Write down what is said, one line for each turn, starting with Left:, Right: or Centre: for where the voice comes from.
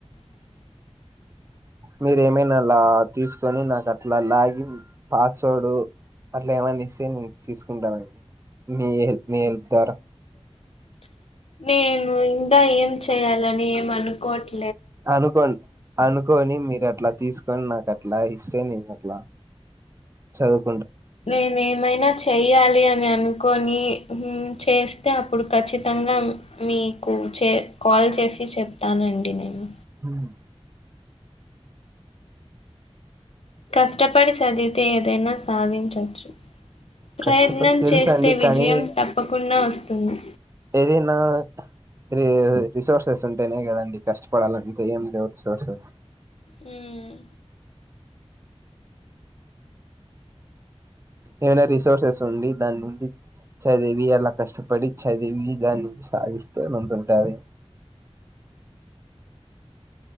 Left: <inaudible>
Right: మీరేమైన అలా తీసుకొని నాకు అట్లా లాగిన్ పాస్వర్డ్ అట్లా ఏమనిస్తే నేను తీసుకుంటానండి మీ హెల్ప్ మీ హెల్ప్ ద్వారా
Left: <inaudible> నేను ఇంకా ఏం చెయాలని ఏమనుకోట్లే
Right: అనుకోం అనుకోని మీరు అట్లా తీసుకోని నాకు అట్లా ఇస్తే నేను అట్లా చదువు
Left: నేను ఏమైనా చెయ్యాలి అని అనుకొని హ్మ్ చేస్తే అప్పుడు ఖచ్చితంగా మీకు చే కాల్ చేసి చెప్తానండి నేను
Right: హ్మ్
Left: కష్టపడి చదివితే ఏదైనా సాధించొచ్చు ప్రయత్నం
Right: కష్టపడి తెలుసు
Left: చేస్తే
Right: అండి
Left: విజయం
Right: కానీ
Left: తప్పకుండా వస్తుంది
Right: ఏదైనా ర రిసోర్సెస్ ఉంటేనే కదండి కష్టపడాలని చె ఏ లేవు రిసోర్సెస్
Left: హ్మ్
Right: ఏమైనా రిసోర్సెస్ ఉండి దాని నుండి చదివి అలా కష్టపడి చదివి దాన్ని సాధిస్తే <unintelligible>